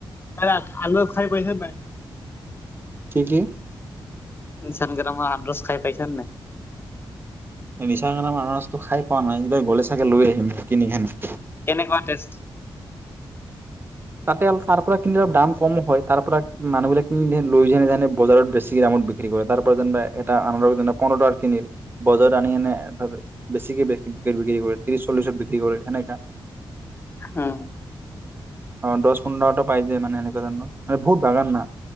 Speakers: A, on the left (about 25°); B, on the right (about 25°).
A: ত আল খাই পাইছে ন ভাই।
B: কি কি!
A: ইঞ্চানগৰা ম আনৰচ খাই পাইছ ন নাই। <unintelligible>
B: মিছা কাৰণে ম মসছটো খাই পোৱা নাই এইবাৰ গ'লে চাগে লৈ আহিম কিনিখনে। <unintelligible>
A: কেনেকুৱা টেষ্ট?
B: তাতে তাৰ পৰা কিনিলে দাম কম হয়। তাৰ পৰা মানুহ বিলাক কিনি লৈ যায় যে বজাৰত বেছি দামত বিক্ৰী কৰে। তাৰ পৰা যেনিবা এটা আম যেনিবা পোন্ধৰ টকাত কিনিল। বজাৰত আনি সেনে বেছিকে বিক্ৰী কৰি ত্ৰিছ চল্লিছত বিক্ৰী কৰিলে সেনেকা।
A: হুম।
B: অ দছ, পোন্ধৰতো পাই যায় মানে সেনেকুৱা ধৰণৰ। মানে বহুত বাগান না।